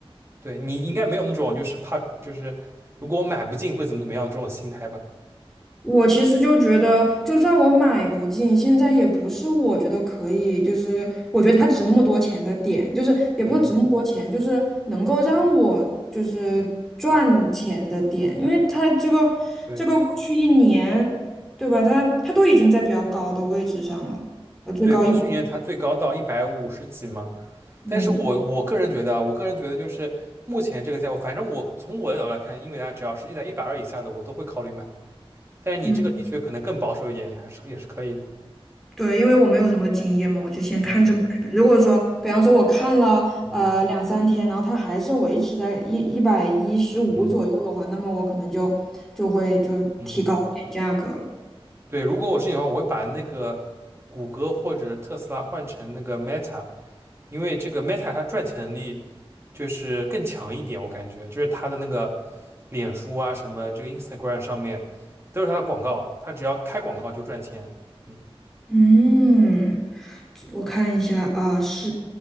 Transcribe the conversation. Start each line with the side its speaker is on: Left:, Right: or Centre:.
Right: 对，你应该没有那种就是怕就是如果我买不进会怎么怎么样这种心态吧。
Centre: 我其实就觉得，就算我买不进，现在也不是我觉得可以，就是我觉得它值那么多钱的点，就是也不是值那么多钱，
Right: 嗯，
Centre: 就是能够让我就是赚钱的点，因为它这个这个过去一年，
Right: 对
Centre: 对吧？它它都已经在比较高的位置上了，呃，最高一百，
Right: 对，过去年它最高到一百五十几嘛，但是我我个人觉得啊，
Centre: 嗯
Right: 我个人觉得就是目前这个价位，反正我从我的角度来看，英伟达只要是在一百二以下的，我都会考虑买。但是你这个的确可能更保守一点，
Centre: 嗯。
Right: 还是也是可以的。
Centre: 对，因为我没有什么经验嘛，我就先看着买呗。
Right: 嗯
Centre: 如果说，比方说我看了呃两三天，
Right: 嗯
Centre: 然后它还是维持在一一百一十五左右的话，
Right: 嗯
Centre: 那么我可能就就会就提高一点价格了。
Right: 嗯。嗯对，如果我是你的话，我会把那个谷歌或者特斯拉换成那个 Meta，因为这个 Meta 它赚钱能力就是更强一点，我感觉就是它的那个脸书啊，什么这个 Instagram 上面都是它的广告，它只要开广告就赚钱。嗯，
Centre: 嗯，我看一下啊，是